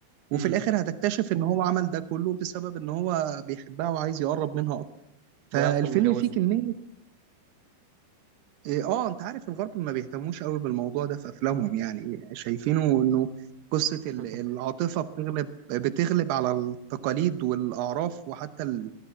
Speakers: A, on the right; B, on the right.
A: وفي
B: امم
A: الاخر هتكتشف ان هو عمل ده كله بسبب ان هو بيحبها وعايز يقرب منها اكتر فالفيلم
B: وهي اصلا متجوزة
A: فيه كمية إيه، اه انت عارف الغرب ما بيهتموش قوي بالموضوع ده في افلامهم يعني شايفينه انه قصة ال-
B: <laughs>
A: العاطفة بتغلب بتغلب على التقاليد والاعراف وحتى ال-